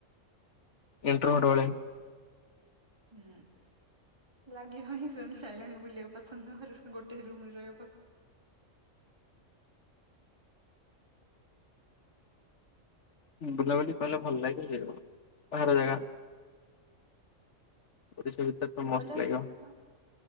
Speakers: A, on the left (about 65°); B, on the right (about 20°).
A: ଇନ୍ଟ୍ରୋଭର୍ଟ ଭଳି।
B: ହୁଁ, ଲାଗିବ ହିଁ। ଶୁଣି ସାରିଲଣି ବୁଲିବାକୁ ପସନ୍ଦ ନୁହଁ। ମୋର ଗୋଟେ ରୁମରେ ରହିବାକୁ ପସ
A: ବୁଲାବୁଲି କଲେ ଭଲ ଲାଗିବ ଯେ ବାହାର ଜାଗା। ପୁରୀ ସି ବିଚ ଟା ତ ମସ୍ତ
B: ବୋଲେ ହଁ
A: ଲାଗିବ।